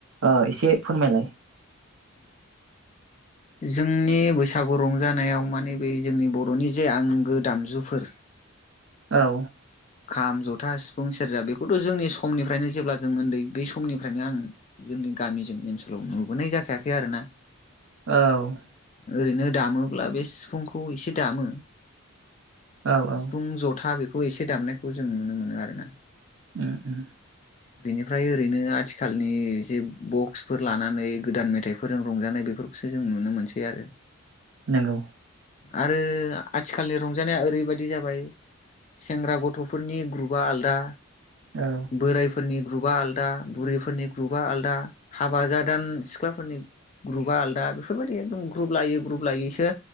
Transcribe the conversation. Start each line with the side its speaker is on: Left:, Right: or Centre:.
Right: ओ एसे फोरमायलाय।
Left: जोंनि बैसागु रंजानायाव माने बे जोंनि बर'नि जे आंगो दामजुफोर
Right: औ
Left: खाम, जथा, सिफुं, सेरजा बेखौथ' जोंनि समनिफ्रायनो जेब्ला जों उन्दै बेै समनिफ्रायनो आं जोंनि गामिजों ओनसोलाव नुबोनाय जाखायाखै आरोना।
Right: औ
Left: ओरैनो दामोब्ला बे सिफुंखौ एसे दामो।
Right: औ औ
Left: सिफुं जथा बेख खौ एसे दामनो खौ जों नुनो मोनो आरोना
Right: उम उम
Left: बेनिफ्राय ओरैनो आथिखालनि जे बक्सफोर लानानै गोदान मेथाइफोरजों रंजानाय बेफोरखौसो जों नुनो मोनसै आरो
Right: नंगौ
Left: आरो आथिखालनि रंजानाया ओरैबायदि जाबाय सेंग्रा गथ थ'फोरनि ग्रुपआ आलदा
Right: औ
Left: बोरायफोरनि ग्रुपआ आलादा, बुरिफोरनि ग्रुपा आलादा, हाबा जादान सिख्लाफोरनि ग्रुपआ आलादा बेफोरबायदि एकदम ग्रुप लायै ग्रुप लायैसो